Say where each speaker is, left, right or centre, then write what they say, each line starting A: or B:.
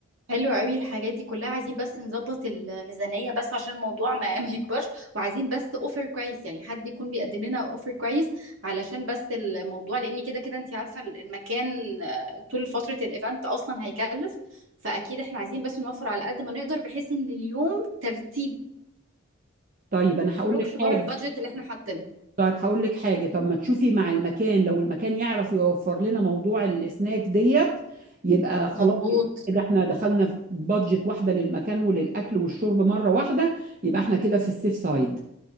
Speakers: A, on the right (about 65°); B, on the right (about 40°).
A: حلو قوي الحاجات دي كلها عايزين بس نظبط الميزانية بس عشان الموضوع ما <laughs> ما يكبرش وعايزين بس اوفر كويس يعني حد يكون بيقدم لنا اوفر كويس علشان بس الموضوع لان كده كده انت عارفة المكان آه، طول فترة الايفنت اصلا هيكلف فاكيد احنا عايزين بس نوفر على قد ما نقدر بحيث ان اليوم ترتيب
B: طيب انا
A: ما
B: هقول
A: يخرجش
B: لك
A: بره
B: حاجه
A: البادجت اللي احنا حاطينه
B: طيب هقول لك حاجة طب ما تشوفي مع المكان لو المكان يعرف يوفر لنا موضوع السناك ديت يبقى خلاص
A: مظبوط
B: يبقى كده احنا دخلنا في بادجت واحدة للمكان وللأكل والشرب مرة واحدة يبقى احنا كده في السيف سايد